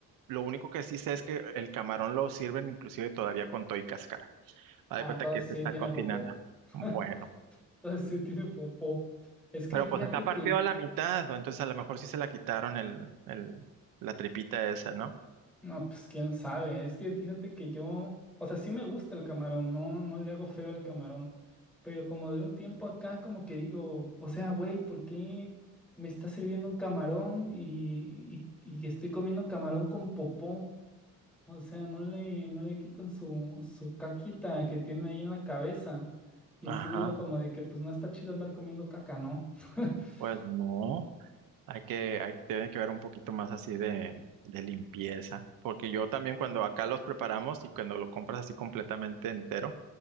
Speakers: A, on the right; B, in the centre.
A: lo único que sí sé es que el camarón lo sirven inclusive todavía con toy y cáscara, haz
B: Ah,
A: de cuenta
B: entonces
A: que se
B: sí
A: está
B: tiene
A: cocinando.
B: popó. <laughs>
A: Bueno.
B: Entonces sí tiene popó. Es que
A: Pero
B: fíjate
A: pues está partido
B: que
A: a la mitad, ¿no? entonces a lo mejor sí se la quitaron el, el, la tripita esa, ¿no?
B: No, pues quién sabe. Es que fíjate que yo, o sea, sí me gusta el camarón, no, no le hago feo al camarón. Pero como de un tiempo acá, como que digo, o sea, güey, ¿por qué me está sirviendo un camarón y, y, y estoy comiendo camarón con popó? O sea, no le, no le quitan su, su caquita que tiene ahí en la cabeza. Y
A: Ajá,
B: sí digo como de que pues no está chido andar comiendo caca, ¿no? <laughs>
A: pues no, hay que, hay, tiene que ver un poquito más así de, de limpieza, porque yo también cuando acá los preparamos y cuando lo compras así completamente entero,